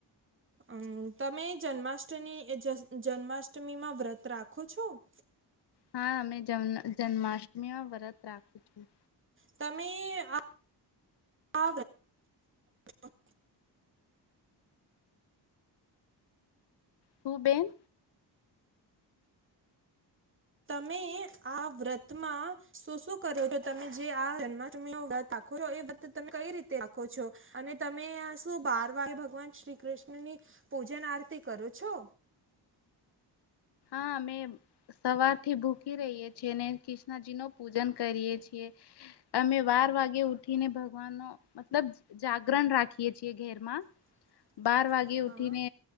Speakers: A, on the right (about 30°); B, on the left (about 65°).
A: અ તમે જન્માષ્ટની જ જન્માષ્ટમીમાં વ્રત રાખો છો <inaudible>
B: હા અમે જન્મ જન્માષ્ટમીમાં વ્રત રાખું છું
A: તમે આ <unintelligible>
B: તું બેન
A: તમે આ વ્રતમાં શું શું કરો છો તમે જે આ જન્માષ્ટમી નું વ્રત આપ ખોલો એ વ્રત તમે કઈ રીતે રાખો છો અને તમે શું બાર વાગે ભગવાન શ્રી કૃષ્ણ ની પૂજન આરતી કરો છો
B: હ અમે સવારથી ભૂકી રહીએ છીએ ને કૃષ્ણજી નો પૂજન કરીએ છીએ અમે વાર વાગે ઉઠીને ભગવાન નો મતલબ જાગરણ રાખીએ છીએ ઘેર માં
A: <inaudible>
B: બાર વાગે
A: હા.
B: ઉઠીને